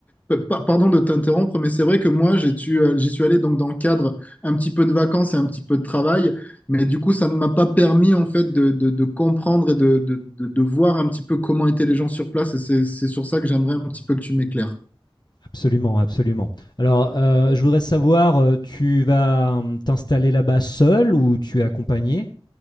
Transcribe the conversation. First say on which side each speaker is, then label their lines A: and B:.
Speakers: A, on the left (about 15°); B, on the left (about 45°).
A: Pa- pa- Pardon de t'interrompre, mais c'est vrai que moi, j'ai tu- euh, j'y suis allé donc dans le cadre un petit peu de vacances et un petit peu de travail, mais du coup, ça ne m'a pas permis en fait de, de- de comprendre et de, de- de- de voir un petit peu comment étaient les gens sur place, et c'est c'est sur ça que j'aimerais un petit peu que tu m'éclaires.
B: Absolument, absolument. Alors, euh, je voudrais savoir, euh, tu vas hum, t'installer là-bas seul ou tu es accompagné